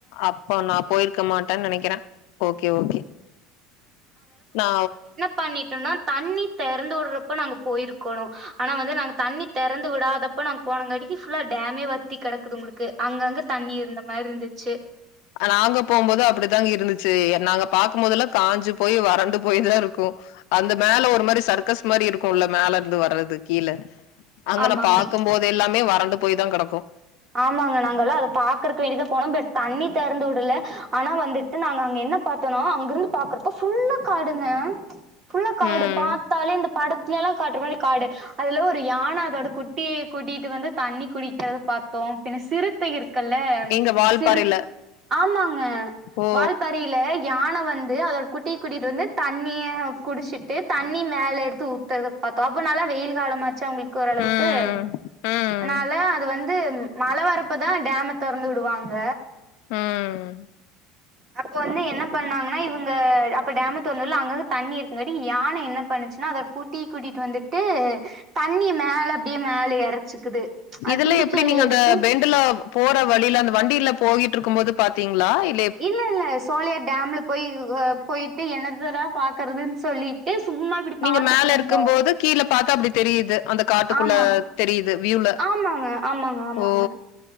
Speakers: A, on the left (about 70°); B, on the right (about 30°).
A: அப்ப நா போயிருக்க மாட்டேன் நெனைக்கிறே ஓகே ஓகே நா
B: பண்ணிட்டோனா தண்ணி தெறந்து விடுறப்ப நா போயிருக்கணு ஆனா வந்து நாங்க தெறந்து விடாதப் இப்ப நாங்க போனங்காட்டிக்கி ஃபுல்லா டேமே வத்தி கெடக்குது உங்களுக்கு அங்கங்க தண்ணி இருந்த மாரி இருந்துச்சு
A: நாங்க போகும்போது அப்டிதாங்க இருந்துச்சு எ நாங்க பாக்கபோதெல்லா காஞ்சு போயி வறண்டு போய்தா இருக்கு அந்த மேல ஒரு மாரி சர்க்கஸ் மாரி இருக்குல்ல மேல இருந்து வர்றது கீழ அங்கன
B: ஆமாங்க
A: பாக்கும் போது எல்லாமே வறண்டு போய் தா கெடக்கு
B: ஆமாங்க நாங்கல்லா அது பாக்குறக்கு வேண்டியதா போனோம் ப்ட் தண்ணி தெறந்து வுடல ஆனா வந்துட்டு நாங்க அங்க என்ன பாத் த்தனோ அங்க இருந்து பாக்குறப்போ ஃபுல்லா காடுங்க ஃபுல்லா காடு
A: ம்.
B: பாத்தாலே இந்த படத்துலெல்லா காட்ற மாரி காடு அதுல ஒரு யான அதோட குட்டிய கூட்டிட்டு வந்து குடிக்கிறத பாத் தோம் பின்ன சிறுத்தை இருக்குல்ல
A: எங்க வால்பாறையில.
B: சிறுத் ஆமாங்க
A: ஓ!
B: வால்பாற றையில யான வந்து அதோட குட்டிய கூட்டிட்டு வந்து தண்ணிய குடுச்சுட்டு தண்ணி மேல எடுத்து ஊத்தர்த பா பாத்தே அப்ப நல்லா வெயில் காலமாச்சா உங்களுக்கு ஓரளவுக்கு
A: ம். ம்.
B: அதுனால அது வந்து மழ வரப்பதா டேம தொறந்து விடுவாங்க
A: ம்
B: அப்ப வந்து என்ன பண்ணாங்கன்னா இவுங்க அப்ப டேம தொறந்து வுட்ல அங்கங்க தண்ணி இருக்கங்காட்டி யான என்ன பண்ணுச்சுன்னா அதோட குட்டிய கூட்டிட்டு வந்துட்டு தண்ணிய மேல அப்டியே மேல எறச்சுக்குது அந்த
A: இதெல்லா
B: தும்பிக்கையில
A: எப்டி நீங்கஅந்த
B: எடுத்து
A: பெண்டுல போற வழியில அந்த வண்டில போகிட்ருக்கும் போது பாத்தீங்ளா இ
B: இல்ல இல்ல சோலையார் டேம்ல போய் இ போயிட்டு என்னத்தடா பாக்குறதுன் சொல்லி ட்டு சும்மா இப்டி
A: நீங்க
B: பாத்துட்ருந்தோ
A: மேல இருக்கும்போது கீழ பாத்தா அப்டி தெரியுது அந்த காட்டுக்குள்ள
B: ஆமா
A: தெரியுது வியூல
B: ஆமாங்க ஆமாங்க ஆமாங்க
A: ஓ